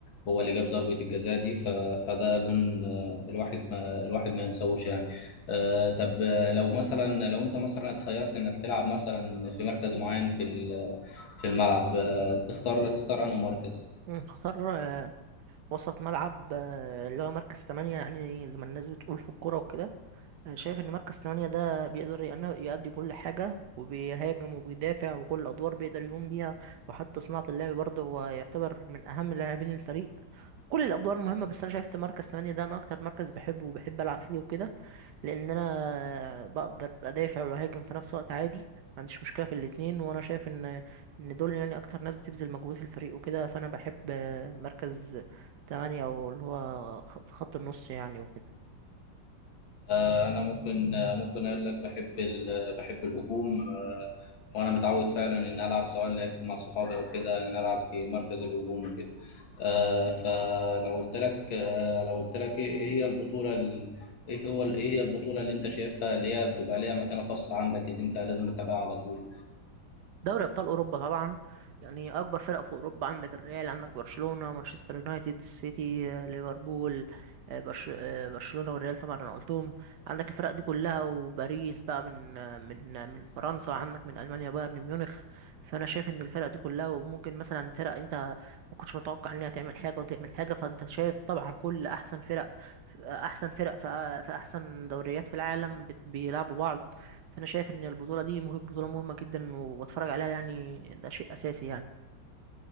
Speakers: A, on the left; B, on the right.
A: هو اللي جاب ضربة الجزاء دي ف... فده جون الواحد ما الواحد ما ينساهوش يعني آه، طب لو مثلا لو انت مثلا اتخيرت انك تلعب مثلا في مركز معين في ال... في الملعب آه، تختار تختار انه مركز
B: مم، اختار آه، وسط ملعب آه، اللي هو مركز تمانية يعني زي ما الناس بتقول في الكورة وكده انا شايف ان مركز تمانية ده بيقدر يأن- يأدي كل حاجة وبيهاجم وبيدافع وكل الادوار بيقدر يقوم بيها وحتى صناعة اللعب برضه هو يعتبر من اهم لاعبين الفريق كل الادوار مهمة بس انا شايف إن مركز تمانية ده انا اكتر مركز بحبه وبحب العب فيه وكده لان انا بقدر ادافع واهاجم في نفس الوقت عادي ما عنديش مشكله في الاتنين وانا شايف ان ان دول يعني اكتر ناس بتبذل مجهود في الفريق وكده فانا بحب مركز تمانية او اللي هو خ- في خط النص يعني وكده
A: آه، انا ممكن آه، ممكن اقول لك بحب ال... بحب الهجوم آه، وانا متعود فعلا ان العب سواء لعبت مع صحابي او كده ان العب في مركز الهجوم وكده آه، فلو قلت لك آه، لو قلت لك ايه إيه هي البطولة ال- ايه هو ال- ايه هي البطولة اللي انت شايفها اللي هي بتبقى ليها مكانة خاصة عندك اللي انت لازم تتابعها على طول
B: دوري ابطال اوروبا طبعا يعني اكبر فرق في اوروبا عندك الريال عندك برشلونه مانشستر يونايتد السيتي آه، ليفربول آه، برش... آه، برشلونه والريال طبعا انا قلتهم عندك الفرق دي كلها وباريس بقى من آه، من آه، من فرنسا عندك من المانيا بايرن ميونخ فانا شايف ان الفرق دي كلها وممكن مثلا فرق انت ما كنتش متوقع انها تعمل حاجه وتعمل حاجه فانت شايف طبعا كل احسن فرق آه، احسن فرق في آه، في احسن دوريات في العالم بت- بيلعبوا بعض فانا شايف ان البطوله دي مهم بطوله مهمه جدا وبتفرج عليها يعني ده شيء اساسي يعني